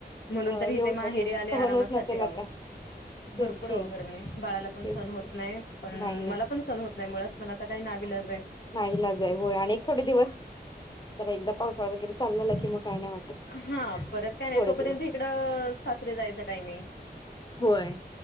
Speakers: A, on the left; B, on the left.
A: म्हणून
B: हे
A: तरी इथे
B: होत
A: माहेरी
B: नसेल
A: आले
B: सहन
A: आरामासाठी
B: होत नसेल
A: आहो
B: आता तेच
A: भरपूर
B: की
A: आओ गरमी बाळाला पण
B: तेच
A: सहन होत
B: की
A: नाही, पण
B: नाही नाही
A: मला पण सहन होत नाही मुळात पण आता काही नाविलाजाय
B: नाईलाज आहे होय आणि एक थोडे दिवस जरा एकदा पावसाळा वगैरे चालू झाला की मग काय नाही वाटत
A: हा परत काय नाही
B: थोडे
A: तोपर्यंत
B: दिवस
A: इकडं सासरी जायचं टायमिंग
B: होय